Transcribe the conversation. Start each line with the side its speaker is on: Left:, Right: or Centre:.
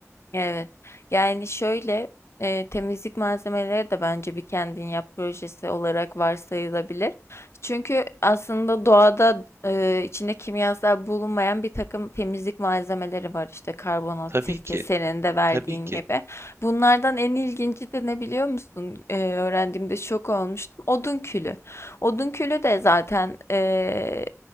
Left: Evet. Yani şöyle e, temizlik malzemeleri de bence bir kendin yap projesi olarak varsayılabilir. Çünkü aslında doğada e, içinde kimyasal bulunmayan bir takım temizlik malzemeleri var. İşte karbonat,
Right: Tabii
Left: sirke,
Right: ki,
Left: senin de verdiğin
Right: tabii ki.
Left: gibi. Bunlardan en ilginci de ne biliyor musun? E, öğrendiğimde şok olmuştum. Odun külü. Odun külü de zaten e,